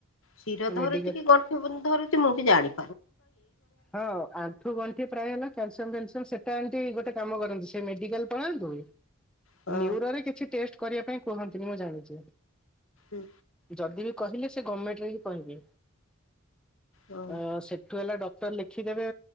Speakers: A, on the left; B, in the centre.
A: ଶୀର ଧରୁଚି
B: ମେଡିକାଲ
A: କି ଗଣ୍ଠି ବନି ଧରୁଚି ମୁଁ ବି ଜାଣିି
B: ହଁ ଆଣ୍ଠୁ ଗଣ୍ଠି ପ୍ରାୟ ହେଲା କ୍ୟାଲସିଅମ ଯନସ୍ ସେଟା ଏମତି ଗୋଟେ କାମ କରନ୍ତୁ ସେ ମେଡିକାଲ ପଳାନ୍ତୁ
A: ହଁ।
B: ନ୍ୟରୋରେ କିଛି ଟେଷ୍ଟ କରିବା ପାଇଁ କୁହନ୍ତିନି ମୁଁ ଜାଣିଚି।
A: ଉଁ
B: ଯଦି ବି କହିଲେ ସେ ଗମେଣ୍ଟରେ ହି କହିବେ
A: ହଁ
B: ଅ-ସେଠୁ ହେଲା ଡକ୍ କ୍ଟର ଲେଖିଦେବେ